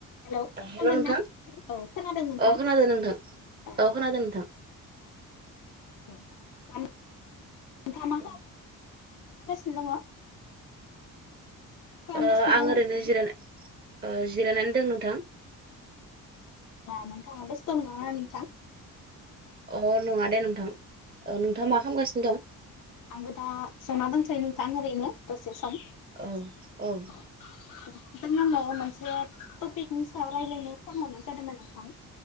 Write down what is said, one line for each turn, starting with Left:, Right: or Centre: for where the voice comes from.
Left: Hello
Right: hello
Left: खोनादोंना
Right: नोंथां
Left: औ खोनादों नोंथां
Right: अ खोनादों नोंथां अ
Left: औ
Right: खोनादों नोंथां
Left: <unintelligible> <unintelligible>
Right: ओ
Left: सिनो दङ खालामगासिनो
Right: ओ आं
Left: दङ नोंथां
Right: ओरैनो जिराय जिरायनानै दं नोंथां
Left: होमबा नोंथाङा बेस्थ नङा ना नोंथां?
Right: अ नङा दे नोंथां। ओ नोंथाङा मा खालामगासिनो दं
Left: आंबो दा ज'ना दंसै नोंथां ओरैनो दसे सम
Right: औ औ
Left: ओमफ्राय आङो मोनसे टपिकनि सायाव रायजलायनो फन हरनाय जादोंमोन नोंथां